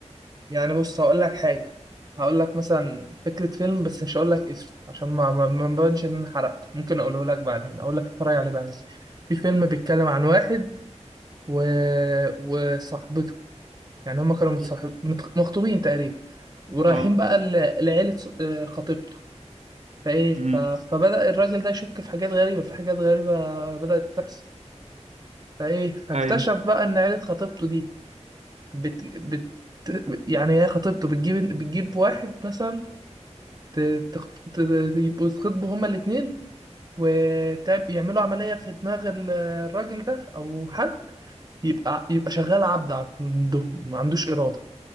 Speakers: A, on the right; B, on the right.
A: يعني بص هقول لك حاجة هقول لك مثلا فكرة فيلم بس مش هقول لك اسمه عشان ما ما ما مبانش ان انا حرقته ممكن اقوله لك بعدين اقول لك اتفرج عليه بعدين في فيلم بيتكلم عن واحد و... وصاحبته يعني هما كانوا متصاحب...
B: مم.
A: مت- مخطوبين تقريبا ورايحين
B: اه
A: بقى ل... لعيلة ص- آه، خطيبته فايه
B: امم
A: ف... فبدأ الراجل ده يشك في حاجات غريبة في حاجات غريبة بدأت تحصل فايه فاكتشف
B: ايوه
A: بقى ان عيلة خطيبته دي بت... بت... يعني هي خطيبته بتجيب بتجيب واحد مثلا ت- تخت- ت- يبقوا يتخطبوا هما الاتنين ويعملوا عملية في دماغ ال- الراجل ده أو حد يبقى يبقى شغال عبد عندهم ما عندوش إرادة